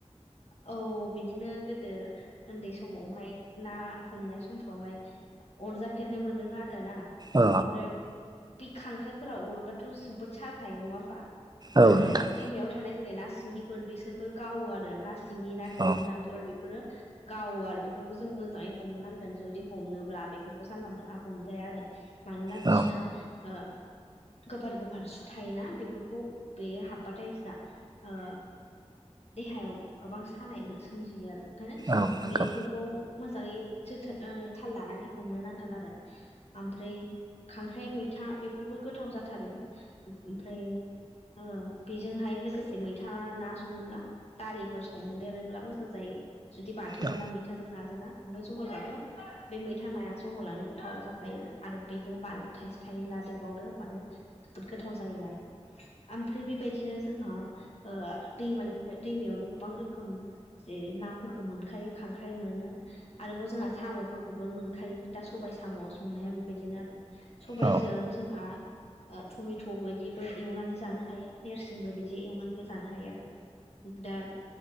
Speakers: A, on the left; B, on the right.
A: औ बिदिनो गोदो ओन्दै समावहाय ना हमनाय समफ्रावहाय अरजाफेरनो मोनदों आरो ना
B: अ
A: ओमफ्राय। बे खांख्राइफोरा अरोबाथ' जोबोद साखायो नङा होमबा
B: औ
A: आरो
B: नोंथां
A: दैमायाव थानाय जेरै ना सिंगिफोर बिसोरबो गावो आरो ना सिंगि ना थेंगोनाफोर
B: औ
A: बेफोरो गावो आरो बेफोरखौ जों मोजाङै हमनो नांगोन जुदि हमनोब्ला बेफोरखौ जानला मोनला हमजाया आरो। मानोना
B: औ
A: बिसिना ओ गोफार गोफार सु थायोना बेफोरखौ बे हाब्बाथाय जा ओ देहायाव गोबां सानाय मो सोमजियो आरो ओंखायनो
B: औ नंगौ
A: बेफोरखौ मोजाङै जोथोन ओ थाल लानानै हमनो नांगोन आरो। आमफ्राय खांख्राइ मैथा बेफोरबो गोथाव जाथारो। ओमफ्राय ओ बेजोंहाय लोगोसे जे मैथा ना सङोब्ला दालिफोर संदेरोब्ला मोजां जायो। जुदि बाथोनब्ला
B: औ
A: मै थाजों नाजोङा ओमफाय जहलबाथ' बे मैथा नाया जहलानो गोथाव जाखायो। आरो बेजों बानलु थाइसे थाइनै लादेरोबावदो होमबानो जोबोद गोथाव जायो आरो। आमफ्राय बेबायदिनो जोंहा ओ दैमानिफ्राय दैमायावनो गोबां रोखोम जेरै- नाफोरखौ मोनखायो खांख्राइ मोनो। आरोबाव जोंहा साम'फोरखौबो मोनखायो दा सबायाइ साम' संनाया बेबायदिनो आरो। सबायाइजों
B: औ
A: जोंहा ओ टमेट' बायदिबो एवनानै जानो हायो नोरसिंबो बिदि एवनानैबो जानो हायो आरो। दा